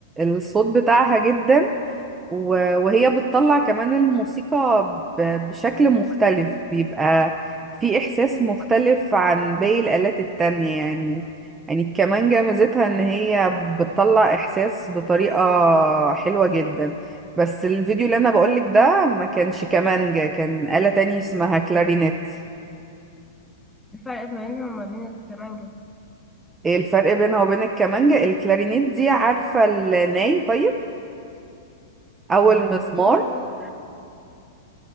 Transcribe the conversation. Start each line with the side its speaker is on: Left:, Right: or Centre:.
Right: الصوت بتاعها جدا و- وهي بتطلع كمان الموسيقى ب- بشكل مختلف بيبقى في إحساس مختلف عن باقي الآلات التانية يعني يعني الكمانجة ميزتها إن هي بتطلع إحساس بطريقة حلوة جدا بس الفيديو اللي أنا بقولك ده ما كانش كمانجة كان آلة تانية اسمها كلارينيت
Centre: الفرق ما بينها وما بين الكمانجا
Right: إيه الفرق بينها وبين الكمانجة الكلارينيت دي عارفة الناي طيب أو
Centre: الناي
Right: المزمار